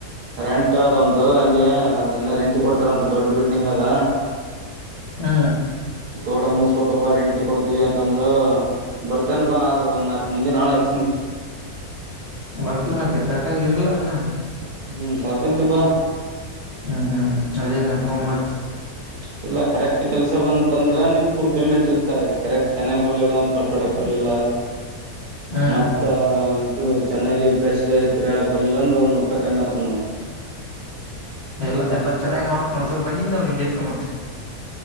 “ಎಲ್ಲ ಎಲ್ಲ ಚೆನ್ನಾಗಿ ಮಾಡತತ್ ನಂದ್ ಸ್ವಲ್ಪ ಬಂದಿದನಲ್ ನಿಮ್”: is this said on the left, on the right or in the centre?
Left